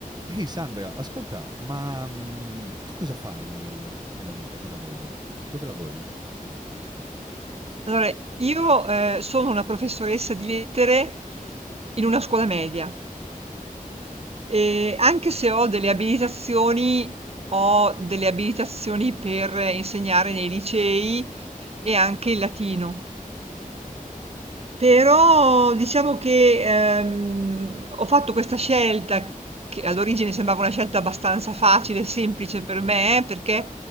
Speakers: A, on the right; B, on the right.
A: Ehi Sandra, ascolta, ma mm, tu cosa fai nella vita di lavoro? Dove lavori?
B: Allora, io, ehm, sono una professoressa di lettere in una scuola media e anche se ho delle abilitazioni, ho delle abilitazioni per insegnare nei licei e anche il latino. Però diciamo che, ehm, ho fatto questa scelta che all'origine sembrava una scelta abbastanza facile e semplice per me, perché